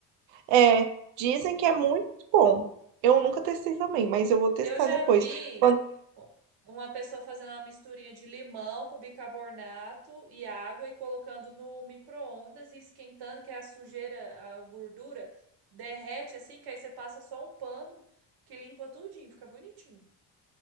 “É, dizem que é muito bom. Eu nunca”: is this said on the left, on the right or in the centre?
Right